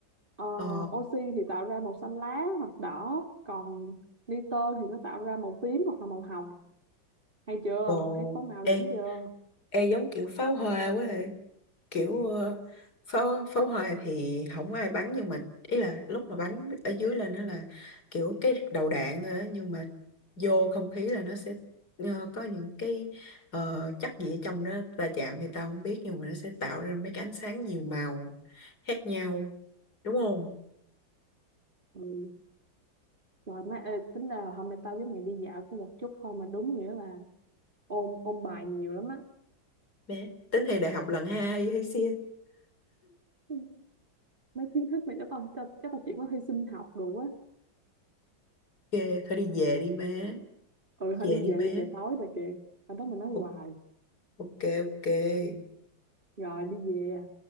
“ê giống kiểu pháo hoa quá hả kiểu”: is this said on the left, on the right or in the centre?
Left